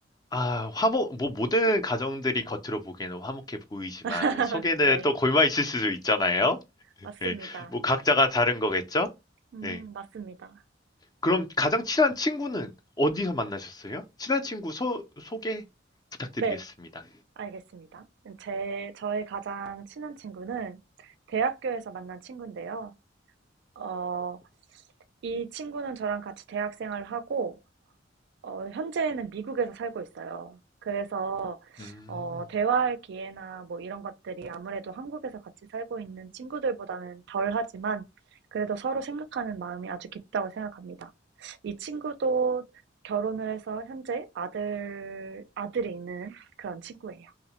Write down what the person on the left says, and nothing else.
아, 화목, 뭐 모든 가정들이 겉으로 보기에는 화목해 보이지만
속에는
또 골마 있을 수도 있잖아요.
네. 뭐 각자가 다른 거겠죠?
네.
그럼 가장 친한 친구는 어디서 만나셨어요? 친한 친구 소, 소개 부탁드리겠습니다.
음,